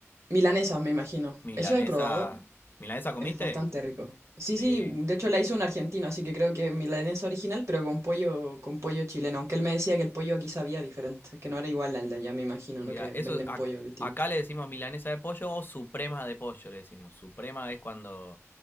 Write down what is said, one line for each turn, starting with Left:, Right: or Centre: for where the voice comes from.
Right: Milanesas, me imagino.
Left: Milanesa.
Right: Eso he probado.
Left: ¿Milanesa comiste?
Right: Es bastante rico. Sí,
Left: Sí.
Right: sí, de hecho la hizo un argentino, así que creo que milanesa original, pero con pollo, con pollo chileno. Aunque él me decía que el pollo aquí sabía diferente, que no era igual al de allá, me imagino,
Left: Mira,
Right: ¿no? Que
Left: eso
Right: venden
Left: ac-
Right: pollo distinto.
Left: acá le decimos milanesa de pollo o suprema de pollo le decimos. Suprema es cuando